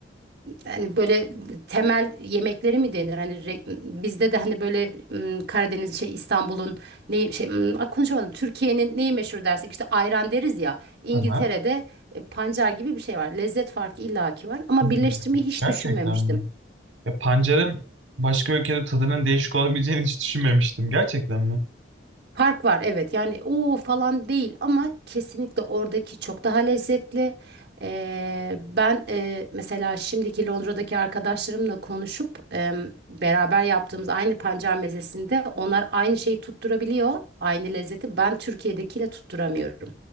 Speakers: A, on the right; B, on the right.
A: yani böyle temel yemekleri mi denir? Hani re- bizde de hani böyle m, Karadeniz şey İstanbul'un neyi şey m, ah, konuşamadım. Türkiye'nin neyi meşhur dersek işte ayran deriz ya. İngiltere'de
B: Tamam.
A: e, pancar gibi bir şey var. Lezzet farkı illaki var ama
B: Hı hı.
A: birleştirmeyi hiç
B: Gerçekten
A: düşünmemiştim.
B: mi? Ya pancarın başka ülkede tadının değişik olabileceğini hiç düşünmemiştim. Gerçekten mi?
A: Fark var evet yani o falan değil ama kesinlikle oradaki çok daha lezzetli. Ee, ben e, mesela şimdiki Londra'daki arkadaşlarımla konuşup e, beraber yaptığımız aynı pancar mezesinde onlar aynı şeyi tutturabiliyor, aynı lezzeti. Ben Türkiye'dekiyle tutturamıyorum.